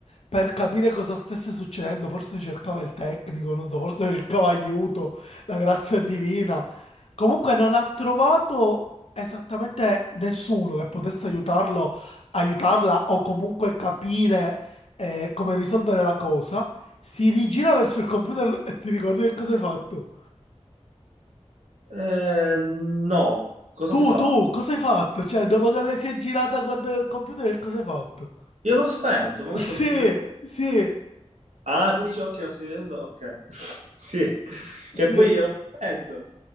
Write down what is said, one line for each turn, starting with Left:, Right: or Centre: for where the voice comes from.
Left: per capire cosa stesse succedendo. Forse cercava il tecnico, non so, forse cercava aiuto, la grazia divina. Comunque non ha trovato esattamente nessuno che potesse aiutarlo, aiutarla o comunque capire eh, come risolvere la cosa. Si rigira verso il computer e ti ricordi che cosa hai fatto?
Right: Eh, no, cosa
Left: Tu,
Right: ho fatto?
Left: tu, cosa hai fatto? Cioè, dopo che lei si è girata a guardare il computer, che cosa hai fatto?
Right: Io l'ho spento, ma questo
Left: Sì,
Right: fu
Left: sì,
Right: Ah, tu dici occhio, lo stai vedendo? Ok. <laughs> Sì,
Left: sì,
Right: che poi io lo sento.